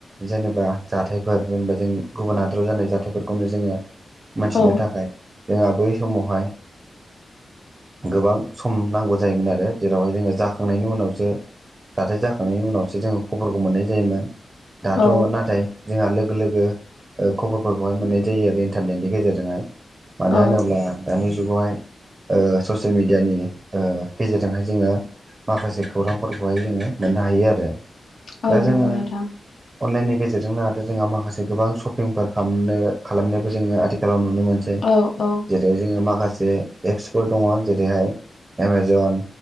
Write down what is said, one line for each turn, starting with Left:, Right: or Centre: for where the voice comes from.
Right: जेनेबा जाथायफोर जेनेबा जों गुबुन हादराव जानाय जाथायफोरखौनो जोङो मोनथिनो
Left: औ
Right: थाखाय जोंहा बै समावहाय गोबां सम नांगौ जायोमोन आरो जेरावहाय जोङो जाखांनायनि उनावसो जाथाय जाखांनायनि उनावसो जोङो खबरखौ मोननाय जायोमोन दाथ'
Left: औ
Right: नाथाय जोंहा लोगो लोगो ओ खबरफोरखौहाय मोननाय जायो आरो इन्टारनेटनि गेजेरजोंहाय। मानो
Left: औ
Right: होनोब्ला दानि जुगावहाय ओ ससियेल मिडियानि ओ गेजेरजोंहाय जोङो माखासे खौरांफोरखौहाय जोङो मोननो हायो आरो।
Left: औ
Right: दा जोङो
Left: नंगौ नोंथां
Right: अनलाइननि गेजेरजों आरो जोंहा माखासे गोबां सप फोर खालामनो खालामनायखौ जोङो आथिखालाव नुनो मोनसै।
Left: औ औ
Right: जेरै जोङो माखासे एप्सफोर दङ जेरैहाय एमाजन